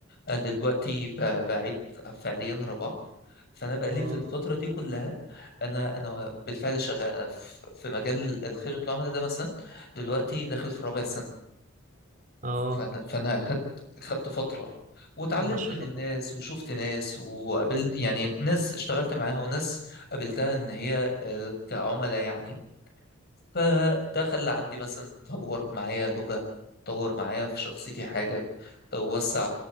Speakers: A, on the left (about 50°); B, on the right (about 40°).
A: انا دلوقتي ب- بعيد فعليا رابعه فانا بقالي
B: اه
A: في الفتره دي كلها انا انا بالفعل شغال أنا في في مجال ال- خدمه العملاء ده مثلا دلوقتي داخل في رابع سنه
B: اه
A: فانا فانا اخدت خدت فتره واتعلمت
B: ما شاء
A: من
B: الله
A: ناس وشفت ناس وقابل يعني ناس اشتغلت معاها وناس قابلتها ان هي آه، كعملاء يعني فده خلى عندي مثلا طور معايا لغة طور معايا في شخصيتي حاجة وسع